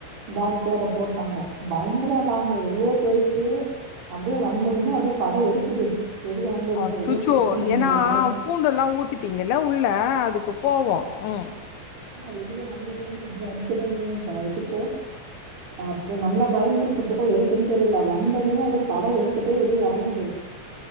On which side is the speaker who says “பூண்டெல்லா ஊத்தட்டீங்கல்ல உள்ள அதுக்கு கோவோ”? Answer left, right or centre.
Left